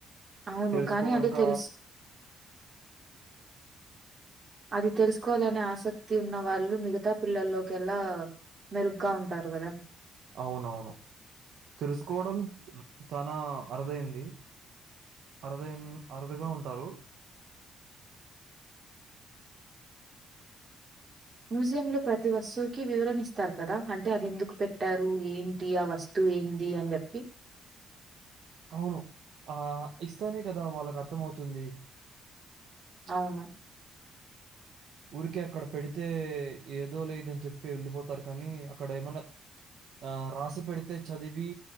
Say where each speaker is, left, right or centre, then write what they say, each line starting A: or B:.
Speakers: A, on the right; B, on the right.
A: అవును.
B: తెలుసుకున్నంక
A: కానీ అది తెలుస్ అది తెలుసుకోవాలనే ఆసక్ తి ఉన్న వాళ్ళు మిగతా పిల్లల్లోకి ఎల్ల మెరుగ్గా ఉంటారు కదా
B: అవునవును తెలుసుకోవడం చనా అరుదైంది అరుదయిన్ అరుదుగా ఉంటారు
A: మ్యూజియంలో ప్రతి వస్తువుకి వివరణ ఇస్తారు కదా అంటే అది ఎందుకు పెట్టారు ఏంటి ఆ వస్తువు ఏంది అని చెప్పి
B: అవును ఆ ఇస్తానే కదా వాళ్ళకు అర్థం అవుతుంది
A: అవును
B: ఊరికె అక్కడ పెడితే ఏదో లేదని చెప్పి వెళ్ళిపోతారు కానీ అక్కడ ఏమన్నా ఆ రాసి పెడితే చదివి